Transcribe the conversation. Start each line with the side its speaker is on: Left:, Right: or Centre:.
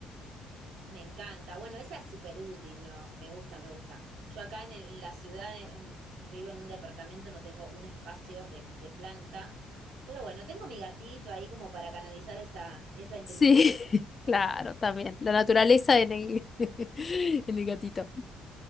Right: Me encanta. Bueno, esa es súper útil, ¿no? Me gusta, me gusta. Yo acá en, el- en la ciudad em, vivo en un departamento, no tengo un espacio de, de planta, pero bueno, tengo mi gatito ahí como para canalizar esa, esa inteligencia.
Left: Sí, <laughs> claro, también. La naturaleza en el, <laughs> en el gatito.